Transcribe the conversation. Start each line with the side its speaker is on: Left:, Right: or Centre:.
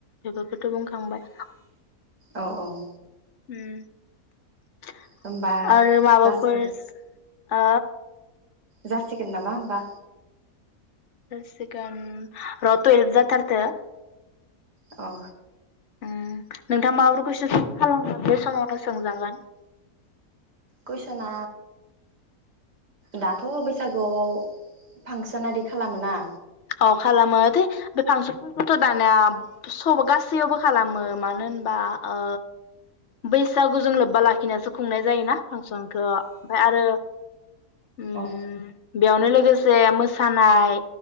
Left: बेफोरखौथ' बुंखांबाय
Right: औ औ
Left: उम
Right: होमबा
Left: आरो माबाफोर
Right: जासिगोन
Left: हो?
Right: जासिगोन नामा होनबा?
Left: जासिगोन र थुयेप जाथारथो
Right: औ
Left: ओम नोंथाङा माबाफोर कुइसन सोंथि खालामगोन बे समावनो सोंजागोन।
Right: कुइसना दाथ' बैसागुआव फांसन आरि खालामो ना?
Left: औ खालामो दे बे फांसनफोरखौथ' दानिया सब गासैयावबो खालामो मा मानो होनबा ओ बैसागुजों लोब्बा लाखिनासो खुंनाय जायोना। फांसनखौ ओमफाय आरो उम
Right: अ
Left: बेयावनो लोगोसे मोसानाय